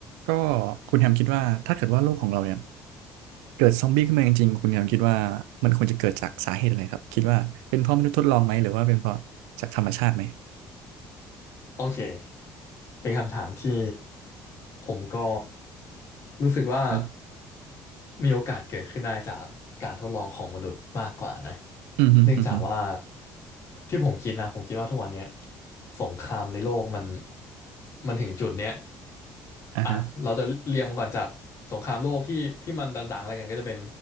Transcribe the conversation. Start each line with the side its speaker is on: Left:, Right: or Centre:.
Right: ก็คุณแฮมคิดว่าถ้าเกิดว่าโลกของเราเนี่ยเกิดซอมบี้ขึ้นมาจริงๆคุณแฮมคิดว่ามันควรจะเกิดจากสาเหตุอะไรครับคิดว่าเป็นเพราะมนุษย์ทดลองไหมหรือว่าเป็นเพราะจากธรรมชาติไหม
Left: โอเคเป็นคำถามที่ผมก็รู้สึกว่า
Right: อืม
Left: มีโอกาสเกิดขึ้นได้จากการทดลองของมนุษย์มากกว่านะ
Right: อืมฮึอืมฮึ
Left: เนื่องจากว่าที่ผมคิดนะผมคิดว่าทุกวันเนี้ยสงครามในโลกมันมันถึงจุดเนี้ย
Right: อ่าฮะ
Left: อ่ะเราจะเรียงมันก่อนจากสงครามโลกที่ที่มันดังๆอะไรกันก็จะเป็น